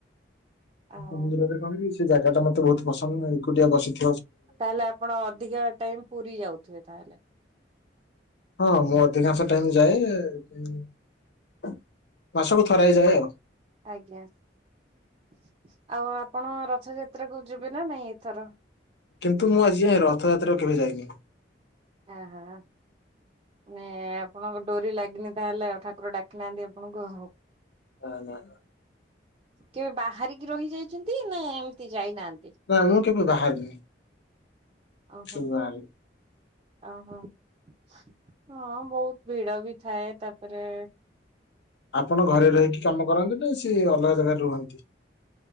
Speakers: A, on the right; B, on the left.
A: ଆଉ
B: ମନ୍ଦିରରେ କଣ ସେ ଜାଗା ଟା ମତେ ବହୁତ ପସନ୍ଦ ଏକୁଟିଆ ବସିଥି
A: ତାହେଲେ ଆପଣ ଅଧିକା ଟାଇମ ପୁରୀ ଯାଉଥିବେ ତାହେଲେ
B: ହଁ ମୁଁ ଅଧିକାଂଶ ଟାଇମ ଯାଏ <unintelligible> <unintelligible> ମାସକୁ ଥରେ ଯାଏ ଆଉ
A: ଆଜ୍ଞା। <unintelligible> ଆଉ ଆପଣ ରଥଯାତ୍ରା କୁ ଯିବେ ନା ନାଇଁ ଏଥର
B: କିନ୍ତୁ ମୁଁ ଆଜି ଯାଏଁ ରଥଯାତ୍ରା କୁ କେବେ ଯାଇନି।
A: ହେ ହଁ ହଁ। ମାନେ ଆପଣଙ୍କ ଡୋରି ଲାଗିନି ତାହେଲେ ଆଉ ଠାକୁର ଡାକି ନାହାନ୍ତି ଆପଣଙ୍କୁ ଓହୋ
B: ନା ନା ନା।
A: କେବେ ବାହାରିକି ରହିଯାଇଛନ୍ତି ନାଁ ଏମିତି ଯାଇନାହାନ୍ତି
B: ନା ମୁଁ କେବେ ବାହାରିନି।
A: ଆଉ ଫନ୍
B: କେବେ ବାହାରିନି।
A: ଆଉ ଫନ୍ ହଁ ବହୁତ ଭିଡ଼ ବି ଥାଏ ତାପରେ
B: ଆପଣ
A: ଓହୋ
B: ଘରେ ରହିକି କାମ କରନ୍ତି ନା ସିଏ ଅଲଗା ଜାଗାରେ ରୁହନ୍ତି?